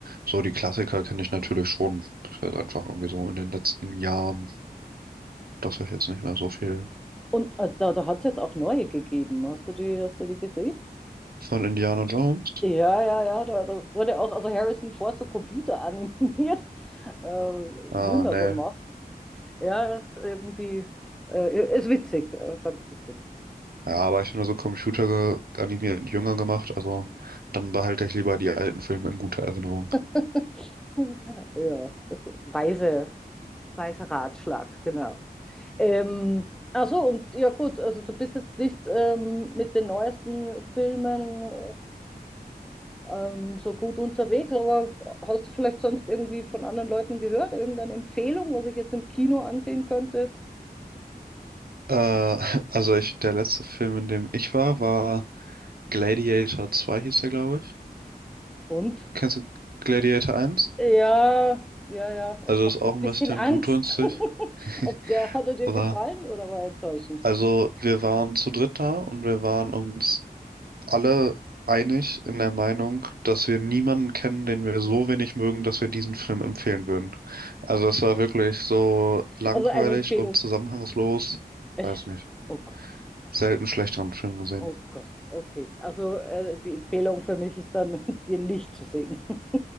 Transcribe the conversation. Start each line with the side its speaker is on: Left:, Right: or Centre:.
Right: so die Klassiker kenne ich natürlich schon. Das ist jetzt einfach irgendwie so in den letzten Jahren, dass ich jetzt nicht mehr so viel
Centre: Und äh, da, da hat es jetzt auch neue gegeben. Hast du die, hast du die gesehen?
Right: Von Indiana Jones?
Centre: Ja, ja, ja, da, da wurde auch also Harrison Ford so computeranimiert, <laughs> äh,
Right: Ah,
Centre: jünger
Right: nee.
Centre: gemacht. Ja, ist irgendwie, äh, ist witzig, äh, ganz witzig.
Right: Ja, aber ich finde so Computer ge- animiert jünger gemacht, also dann behalte ich lieber die alten Filme in guter Erinnerung.
Centre: <laughs> Ja, weise, weiser Ratschlag, genau. Ähm, ach so, und ja gut, also du bist jetzt nicht ähm, mit den neuesten Filmen äh, ähm, so gut unterwegs, aber hast du vielleicht sonst irgendwie von anderen Leuten gehört, irgendeine Empfehlung, was ich jetzt im Kino ansehen könnte?
Right: Äh, <laughs> also ich, der letzte Film, in dem ich war, war Gladiator 2 hieß der, glaube ich.
Centre: Und?
Right: Kennst du Gladiator eins?
Centre: Ja, ja, ja,
Right: Also
Centre: es macht
Right: ist auch
Centre: mir ein
Right: ein
Centre: bisschen
Right: bisschen
Centre: Angst.
Right: blutrünstig.
Centre: <laughs>
Right: <laughs>
Centre: Ob der, hat er dir
Right: Aber,
Centre: gefallen oder war er enttäuschend?
Right: also wir waren zu dritt da und wir waren uns alle einig in der Meinung, dass wir niemanden kennen, den wir so wenig mögen, dass wir diesen Film empfehlen würden. Also es war wirklich so langweilig
Centre: Also eine Empfehlung.
Right: und zusammenhangslos.
Centre: Echt?
Right: Weiß nicht.
Centre: Oh Gott,
Right: Selten schlechteren Film gesehen.
Centre: oh Gott, okay. Also äh, die Empfehlung für mich ist dann, <laughs> den nicht zu sehen. <laughs>